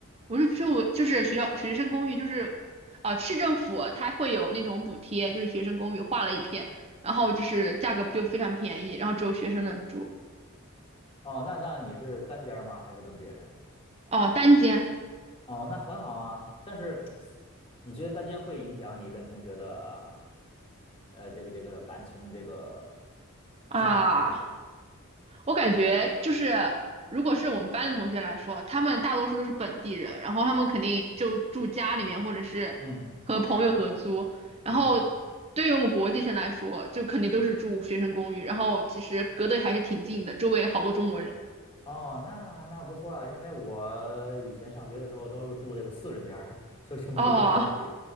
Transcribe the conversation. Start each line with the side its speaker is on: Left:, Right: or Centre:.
Right: 我是住就是学校学生公寓，就是呃市政府它会有那种补贴，就是学生公寓划了一片，然后就是价格就非常便宜，然后只有学生能住
Left: 哦，那那你是单间儿吗？还是跟别人？
Right: 哦，单间
Left: 哦，那很好啊。但是你觉得单间会影响你跟同学的呃这个这个感情这个
Right: 啊，
Left: 进一步这个？
Right: 我感觉就是如果是我们班的同学来说，他们大多数都是本地人，然后他们肯定就住家里面或者是和朋友合租，
Left: 嗯嗯
Right: 然后
Left: 嗯嗯嗯
Right: 对于我们国际生来说，就肯定都是住学生公寓，
Left: 嗯。嗯
Right: 然后其实隔得还是挺近的，周围好多中国人
Left: 哦，那那不错啊，因为我以前上学的时候都是住这个四人间儿，<laughs> 所以就没有这个问题。
Right: 哦。